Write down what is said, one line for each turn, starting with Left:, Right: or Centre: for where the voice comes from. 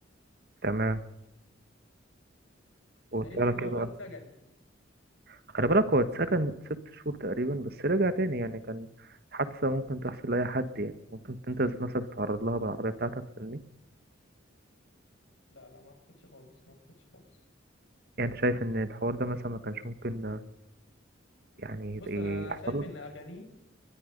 Right: تمام وقلت
Left: لقيته
Right: لك
Left: ان هو
Right: ايه بقى
Left: اتسجن
Right: خلي بالك هو اتسجن ست شهور تقريبا بس رجع تاني يعني كان حادثة ممكن تحصل لأي حد يعني ممكن انت ذات نفسك تتعرض لها بالعربية بتاعتك فاهمني
Left: لا لا ما اعتقدش خالص ما اعتقدش خالص
Right: يعني انت شايف ان الحوار ده مثلا ما كانش ممكن آه، يعني
Left: بص
Right: يت-
Left: انا انا
Right: يحصل
Left: شايف
Right: لك
Left: ان اغانيه